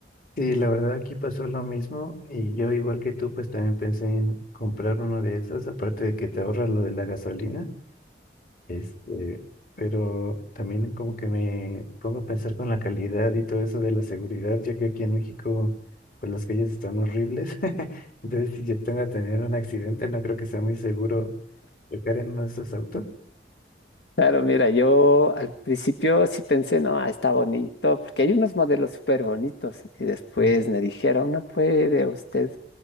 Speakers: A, on the left; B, on the left.
A: Sí, la verdad aquí pasó lo mismo y yo igual que tú pues también pensé en comprar uno de esos, aparte de que te ahorras lo de la gasolina. Este, pero también como que me pongo a pensar con la calidad y todo eso de la seguridad, ya que aquí en México, pues las calles están horribles. <laughs> Entonces, si yo tengo a tener un accidente, no creo que sea muy seguro chocar en uno de esos autos.
B: Claro, mira, yo al principio sí pensé, no, ah, está bonito, porque hay unos modelos súper bonitos y después
A: Mm.
B: me dijeron, no puede usted